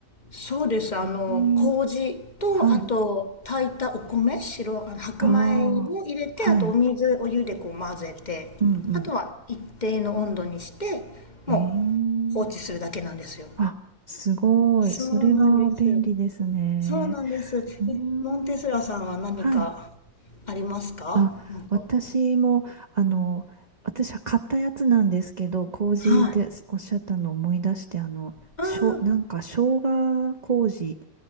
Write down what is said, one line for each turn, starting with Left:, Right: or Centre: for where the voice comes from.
Left: そうです。あの、
Right: ええ
Left: 麹と、
Right: はい、
Left: あと、炊いたお米、白、あの、白米を入れて、
Right: ああ、はい、
Left: あとお水、お湯でこう混ぜて、
Right: うん、うん。
Left: あとは一定の温度にして、
Right: ええ
Left: もう放置するだけなんですよ。
Right: あ、すごい。
Left: そうなんです。
Right: それは便利ですね。
Left: そうなんです。
Right: うーん、
Left: え、モンテスラさんは何か
Right: はい。
Left: ありますかうんと。
Right: あ、私も、あの、私は買ったやつなんですけど、麹っておっしゃったのを思い出して、
Left: はい。
Right: あの、
Left: うん。
Right: しょ、なんか生姜麹、